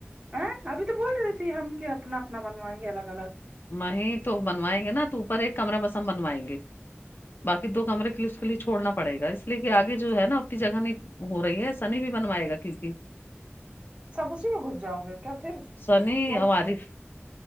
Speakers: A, on the right; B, on the left.
A: ا ابھی تو بول رہی تھی ہم کہ اپنا اپنا بنوائیں گے الگ الگ
B: وہ تو بنوائیں گے نا تو اوپر ایک کمرہ پسند بنوائیں گے باقی دو کمرے لی اس کے لیے چوڑنا پڑ گا اس لیے کہ آگے جو ہے نا اتنی جگہ نہیں ہو رہی ہے سنی بھی بنوائے گا کیونکہ
A: سب اسی میں گھس جاؤ گے کیا پھر
B: سنی
A: وہ
B: اور عارف